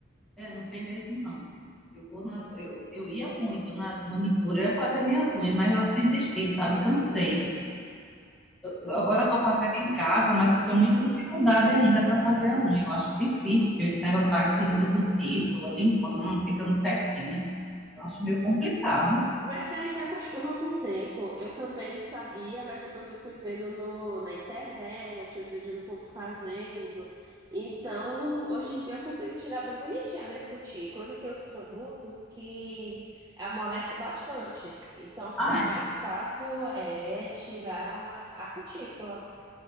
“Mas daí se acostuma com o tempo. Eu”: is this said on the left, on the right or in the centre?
Right